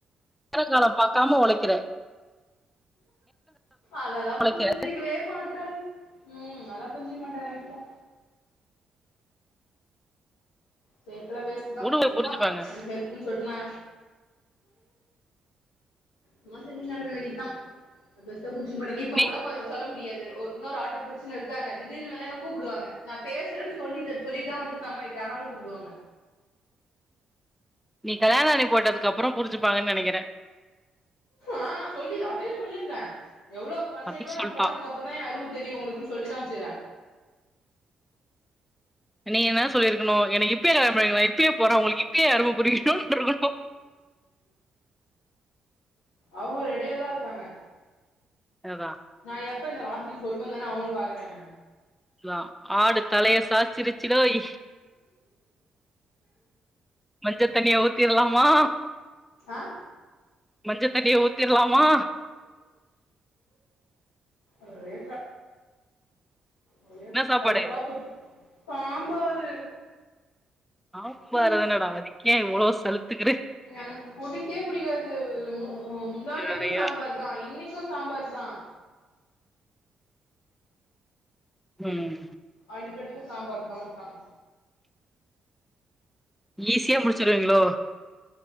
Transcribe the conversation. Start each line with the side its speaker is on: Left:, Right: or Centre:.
Centre: நேரோ காலோ பாக்காம ஒழைக்கிறே
Left: அதெல்லா
Centre: ஒழைக்கிற
Left: புரிஞ்சுக்க வே மாற்றங்க ம் அதெல்லா புரிஞ்சுக்க மாட்டாங்க வீட்ல சேத்துல வேஸ்ட்தா
Centre: உடுவே
Left: சும்மா
Centre: புரிஞ்சுப்பாங்க
Left: ஹெல்ப்ன்னு சொல் நா சும்மா செஞ்சினு கடக்க வேண்டியதா அ பெர்சா புரிஞ்சிக்க மாட்டாங்க இப்ப
Centre: நீ
Left: கூட சொல்ல முடியாது இன்னொரு ஆட்ட பிரிச்சினு இருக்காங்க திடீர்னு வேணா என்ன கூப்டுவாங்க நா பேசுறேன் சொல்லி சொல்லிட்டு தா வந்திருக்க அம்மா ஆனாலு கூப்டுவாங்க
Centre: நீ கல்யாணி போட்டதுக்கு அப்புறோ புரிஞ்சுப்பாங்கன்ன நெனைக்கிற
Left: ஆ சொல்லி அதே சொல்லியிருக்க எவ்ளோ பண்றீங்களோ
Centre: அதையு சொல்ட்டா
Left: நா போனதுக்கு அப் அப்பதா எ அரும தெரியு உங்களுக்குனு சொல்லிதா வச்சிர
Centre: நீங்க என்ன சொல்லிருக்கணு எனக்கு இப்பயே கல்யாண பண்ணி வை இப்பயே போற உங்களுக்கு இப்பயே எ அரும புரியனுன்ருக்கணு
Left: அவங்க ரெடியாதா இருக்காங்க
Centre: அதா
Left: நா எப்ப இந்த வார்த்தைய சொல்வ தான அவங்களு பாக்குறாங்க
Centre: லா ஆடு தலைய சாச்சிருச் சிடோய் மஞ்ச தண்ணிய ஊத்திர்லாமா
Left: ஆ
Centre: மஞ்ச தண்ணிய ஊத்திர்லாமா
Left: ஒரே ஒரே
Centre: என்ன சாப்பாடு
Left: கடுப்பா போச்சு சாம்பாரு
Centre: சாம்பாரு
Left: ம்
Centre: தானடா அதுக்கே இவ்ளோ சலுத்துக்குற
Left: எனக்கு புடிக்கே புடிக்காது முந்தாநேத்து
Centre: வேறயா
Left: சாம்பார் தா இன்னைக்கு சாம்பார் தா
Centre: ம்
Left: அடிக்கடிக்கு சாம்பார் தா வப்பாங்க
Centre: ஈஸியா முடிச்சிருவிங்களோ